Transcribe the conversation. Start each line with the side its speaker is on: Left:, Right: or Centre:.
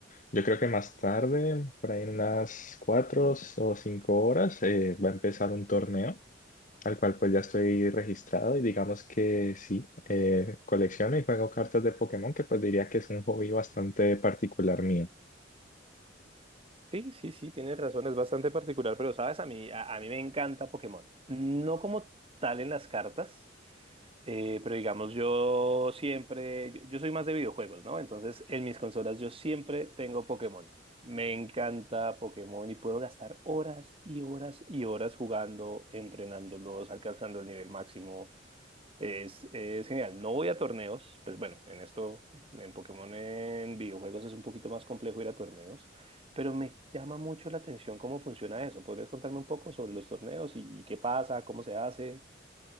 Left: Yo creo que más tarde, por ahí en unas cuatro o cinco horas, eh, va a empezar un torneo al cual pues ya estoy registrado y digamos que sí, eh, colecciono y juego cartas de Pokémon, que pues diría que es un hobby bastante particular mío.
Right: Sí, sí, sí, tienes razón, es bastante particular, pero sabes, a mí, a, a mí me encanta Pokémon. No como tal en las cartas, Eh, pero digamos, yo siempre, yo, yo soy más de videojuegos, ¿no? Entonces, en mis consolas yo siempre tengo Pokémon. Me encanta Pokémon y puedo gastar horas y horas y horas jugando, entrenándolos, alcanzando el nivel máximo. Es, es genial. No voy a torneos, pues bueno, en esto, en Pokémon, en videojuegos es un poquito más complejo ir a torneos, pero me llama mucho la atención cómo funciona eso. ¿Podrías contarme un poco sobre los torneos y, y qué pasa, cómo se hace?